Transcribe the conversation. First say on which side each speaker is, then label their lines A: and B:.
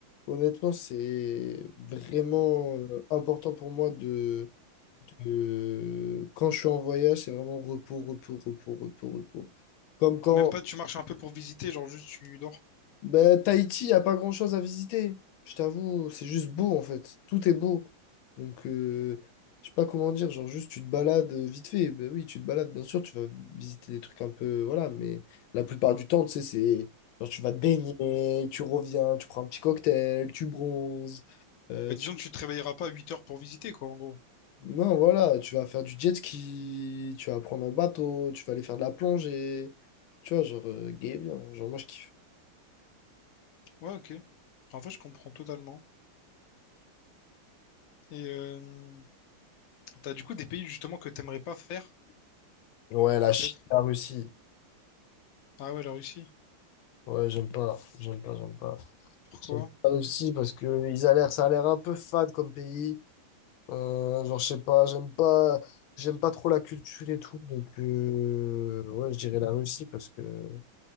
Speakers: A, on the left; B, on the left.
A: honnêtement, c'est vraiment euh, important pour moi de, de- Quand je suis en voyage, c'est vraiment repos, repos, repos, repos, repos. Comme quand,
B: Même pas, tu marches un peu pour visiter, genre juste tu dors.
A: Bah, Tahiti, il a pas grand-chose à visiter. Je t'avoue, c'est juste beau en fait. Tout est beau. Donc, euh, je sais pas comment dire, genre juste tu te balades euh, vite fait. Ben oui, tu te balades, bien sûr, tu vas visiter des trucs un peu, voilà, mais la plupart du temps, tu sais, c'est genre tu vas te baigner, tu reviens, tu prends un petit cocktail, tu bronzes. euh,
B: Bah, disons
A: tu...
B: que tu te réveilleras pas à huit heures pour visiter, quoi, en gros.
A: Non, voilà, tu vas faire du jet ski, tu vas prendre un bateau, tu vas aller faire de la plongée. Tu vois, genre, euh, gay bien. Genre, moi, je kiffe.
B: Ouais, ok. En vrai, je comprends totalement. Et euh, t'as du coup des pays justement que t'aimerais pas faire,
A: Ouais, la
B: peut-être?
A: Chine, la Russie.
B: Ah ouais, la Russie.
A: Ouais, j'aime pas, j'aime pas, j'aime pas.
B: Pourquoi?
A: J'aime pas aussi parce que ils a l'air, ça a l'air un peu fade comme pays. Euh, genre, je sais pas, j'aime pas, j'aime pas trop la culture et tout. Donc, euh, ouais, je dirais la Russie parce que, ouais,